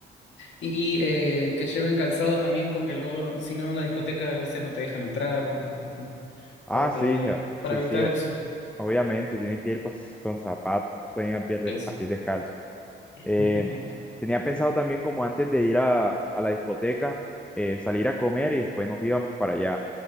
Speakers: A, on the left; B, in the centre.
A: Y eh, que lleven calzado también, porque luego, si no, en la discoteca a veces no te dejan entrar, bueno, en fin,
B: Ah,
A: para que,
B: sí, ja-
A: para
B: sí,
A: evitar
B: sí, eh,
A: eso.
B: obviamente tienen que ir con, <laughs> con zapatos, no pueden ir a pie, de-
A: Eso.
B: a pie descalzo.
A: <laughs>
B: Eh, tenía pensado también como antes de ir a, a la discoteca, eh, salir a comer y después nos íbamos para allá,